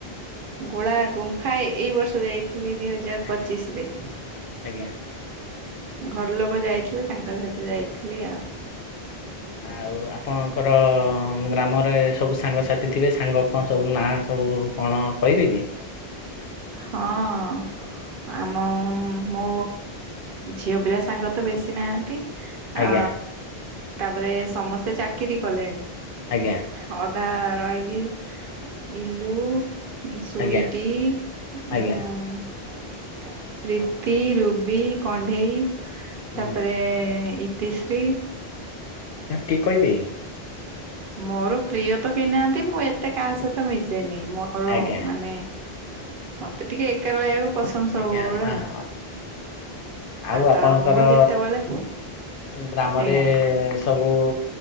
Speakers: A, on the right (about 60°); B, on the left (about 65°).
A: <unintelligible> ଗୁମ୍ଫା ଏଇ ବର୍ଷ ଯାଇ ହେଲେ ଦି ହଜାର
B: ଆଜ୍ଞା
A: ପଚିଶ୍ ରେ।
B: ଆଜ୍ଞା।
A: ଘର ଲୋକ ଯାଇଥିଲେ ତାଙ୍କ ସହିତ ଯାଇଥିଲି ଆଉ।
B: ଆଉ ଆପଣଙ୍କର ହଁ ଗ୍ରାମରେ ସବୁ ସାଙ୍ଗସାଥି ଥିବେ ସାଙ୍ଗ କଣ ସବୁ ନାଁ ସବୁ କଣ କହିବେ <unintelligible>
A: ହଁ ଆମ ମୋ ଝିଅପିଲା ସାଙ୍ଗ ତ ବେଶୀ ନାହାନ୍ତି
B: ଆଜ୍ଞା
A: ଆ। ତାପରେ ସମସ୍ତେ ଚାକିରି କଲେଣି।
B: ଆଜ୍ଞା
A: ହ ଦା ରହିଗି ଇଲୁ ଉଁ ସୁଇ
B: ଆଜ୍ଞା
A: <unintelligible>
B: ଆଜ୍ଞା
A: ପ୍ରୀତି, ରୁବି, କଣ୍ଢେଇ।
B: ହୁଁ।
A: ତାପରେ-ଏ ଇତିଶ୍ରୀ।
B: ଟି କହିବେ।
A: ମୋର ପ୍ରିୟ ତ କେହିନାହାନ୍ତି ମୁଁ ଏତେ କାହା ସହିତ ମିଶେନି। ମୋର
B: ଆଜ୍ଞା
A: ମାନେ ମତେ ଟିକେ ଏକା ରହିବାକୁ ପସନ୍ଦ ସବୁବେଳେ
B: ଆଜ୍ଞା ହଁ ହଁ ଆଉ ଆପଣଙ୍କର
A: ତ ମୁଁ ଯେତେବେଳେ
B: ଗ୍ରାମରେ
A: ଆଜ୍ଞା
B: ସବୁ